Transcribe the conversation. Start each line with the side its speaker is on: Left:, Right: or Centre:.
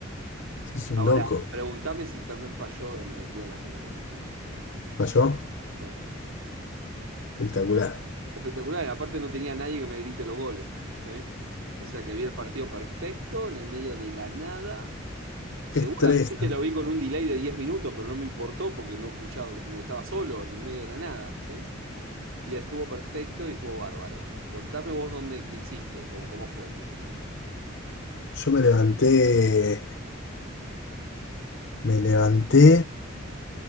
Left: Sos un
Right: Ahora,
Left: loco.
Right: pregúntame si internet falló en la- el día de la final del mundial.
Left: ¿Falló?
Right: No.
Left: Espectacular.
Right: Espectacular, y aparte no tenía nadie que me grite los goles. ¿sí? O sea que vi el partido perfecto, en el medio de la nada. Seguramente
Left: Qué estrés.
Right: lo vi con un delay de 10 minutos, pero no me importó porque no escuchaba, no estaba solo en el medio de la nada, ¿sí? Y estuvo perfecto y estuvo bárbaro. Contame vos dónde, qué hiciste, cómo, cómo fue tu final.
Left: Yo me levanté, me levanté,